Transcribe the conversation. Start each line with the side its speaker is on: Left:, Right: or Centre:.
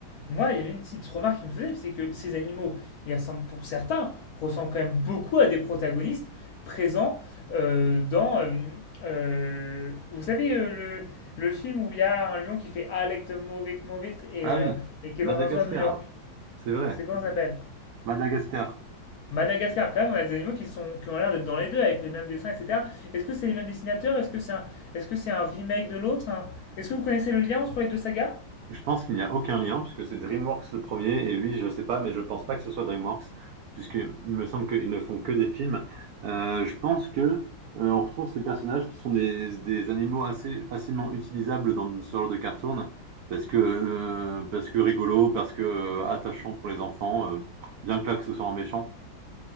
Left: Moi, il y avait une petite remarque qui me faisait, c'est que ces animaux, ils ressemblent pour certains, ressemblent quand même beaucoup à des protagonistes présents euh, dans. euh, euh, vous savez, euh, le, le film où il y a un lion qui fait Alect Movit Movit et,
Right: Ah
Left: euh,
Right: oui,
Left: et qui
Right: Madagascar,
Left: est dans un zoo à New York.
Right: hein. c'est vrai.
Left: C'est comment ça s'appelle?
Right: Madagascar.
Left: Madagascar, quand même, on a des animaux qui sont, qui ont l'air d'être dans les deux avec les mêmes dessins, etc. Est-ce que c'est les mêmes dessinateurs? Est-ce que c'est un, est-ce que c'est un remake de l'autre? un- Est-ce que vous connaissez le lien entre les deux sagas?
Right: Je pense qu'il n'y a aucun lien, puisque c'est DreamWorks le premier, et lui, je sais pas, mais je pense pas que ce soit DreamWorks, puisqu'il me semble qu'ils ne font que des films. Euh, je pense que euh, on retrouve ces personnages qui sont des, des animaux assez facilement utilisables dans ce genre de cartoon, parce que, euh, parce que rigolo, parce que euh, attachant pour les enfants, euh, bien que là que ce soit un méchant.